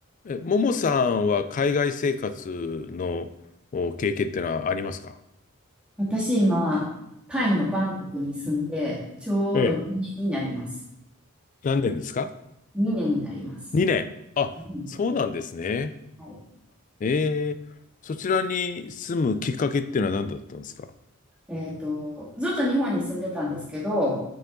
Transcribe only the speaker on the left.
え、ももさんは海外生活のお経験ってのはありますか
ええ、何年ですか
?2 年。あ、
そうなんですね。
ええ、そちらに住むきっかけってのは何だったんですか